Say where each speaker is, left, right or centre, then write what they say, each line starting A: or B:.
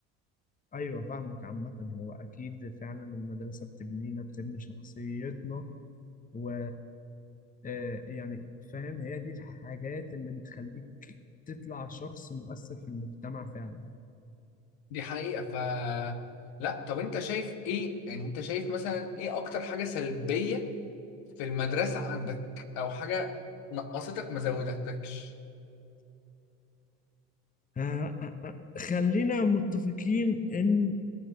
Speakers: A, on the left; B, on the left.
A: ايوه فاهمك عامة هو اكيد فعلا المدرسة بتبنينا بتبني شخصيتنا و آه، يعني فاهم هي دي الحاجات اللي بتخليك تطلع شخص مؤثر في المجتمع فعلا
B: دي حقيقة ف لا طب انت شايف ايه يعني انت شايف مثلا ايه اكتر حاجة سلبية في المدرسة عندك او حاجة نقصتك ما زودتكش
A: آه، آه، آه. خلينا متفقين ان